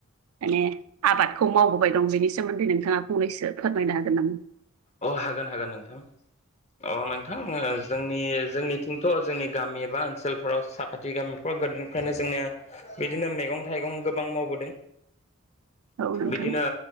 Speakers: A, on the right; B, on the left.
A: माने आबादखौ मावबोबाय दं बेनि सोमोन्दै नोंथाङा फंनैसो फोरमायनो हागोन नामा?
B: अ हागोन हागोन नोंथां अ नोंथां ओ जोंनि जोंनि थ जोंनि गामि एबा ओनसोलफोराव साखाथि गामिफ्राव गोदोनिफ्रायनो जोंनिया बिदिनो मैगं थाइगं गोबां गोबां मावबोदों।
A: औ नोंथां
B: बिदिनो